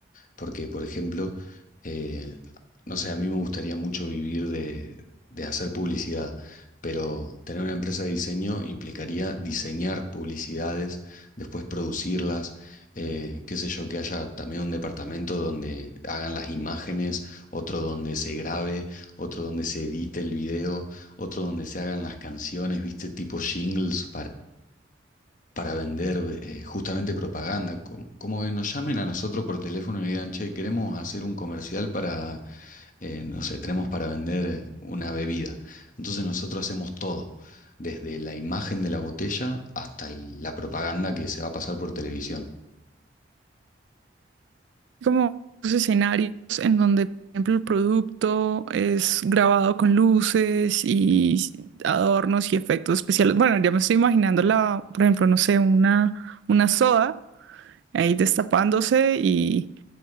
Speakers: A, on the left; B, on the right.
A: Porque, por ejemplo, eh, no sé, a mí me gustaría mucho vivir de, de hacer publicidad, pero tener una empresa de diseño implicaría diseñar publicidades, después producirlas, eh, qué sé yo, que haya también un departamento donde hagan las imágenes, otro donde se grabe, otro donde se edite el video, otro donde se hagan las canciones, viste, tipo jingles para vender eh, justamente propaganda. Como, como que nos llamen a nosotros por teléfono y digan, che, queremos hacer un comercial para, eh, no sé, tenemos para vender una bebida. Entonces nosotros hacemos todo, desde la imagen de la botella hasta el- la propaganda que se va a pasar por televisión.
B: como los escenarios en donde, por ejemplo, el producto es grabado con luces y adornos y efectos especiales. Bueno, ya me estoy imaginando la, por ejemplo, no sé, una, una soda ahí destapándose y,